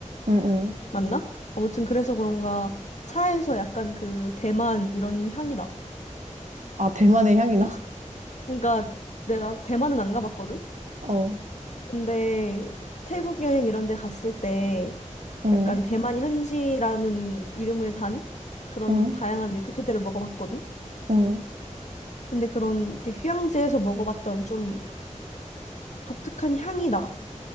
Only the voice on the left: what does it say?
맞나? 아무튼 그래서 그런가 차에서 약간 그 대만 이런 향이 나.
그러니까 내가 대만은 안 가봤거든?
근데 태국 여행 이런 데 갔을 때
약간 대만 현지라는 이름을 단 그런
다양한 밀크티들을 먹어봤거든?
근데 그런 이렇게 휴양지에서 먹어봤던 좀 독특한 향이 나.